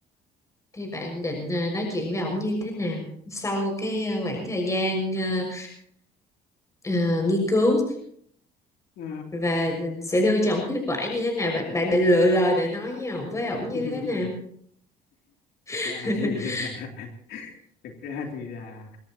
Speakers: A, on the left (about 20°); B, on the left (about 70°).
A: thì bạn định à, nói chuyện với ổng như thế nào sau cái à, khoảng thời gian à, à, nghiên cứu
B: Ừ.
A: và sẽ đưa cho ổng kết quả như thế nào bạn, bạn định lựa lời để nói với ổng với ổng như
B: <laughs>
A: thế nào <laughs>
B: thực ra thì <laughs> thực ra thì là